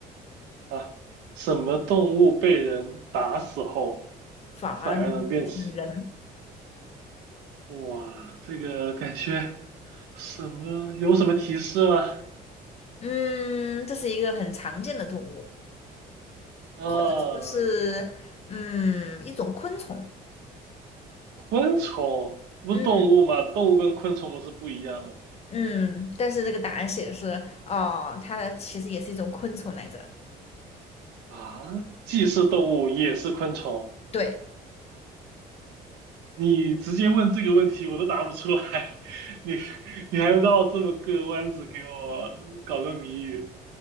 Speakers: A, on the right; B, on the left.
A: 啊。什么动物被人打死后
B: 反而能变成人？
A: 反而能变死？哇，这个感觉什么？有什么提示吗？
B: 嗯，这是一个很常见的动物，
A: 呃，
B: 或者说是嗯一种昆虫。
A: 昆虫不是动物吗？
B: 嗯
A: 动物跟昆虫不是不一样的
B: 嗯，但是这个答案写的是哦，它其实也是一种昆虫来着。
A: 啊？既是动物也是昆虫
B: 对，
A: 你直接问这个问题，我都答不出来，<laughs> 你你还绕这么个弯子给我搞个谜语？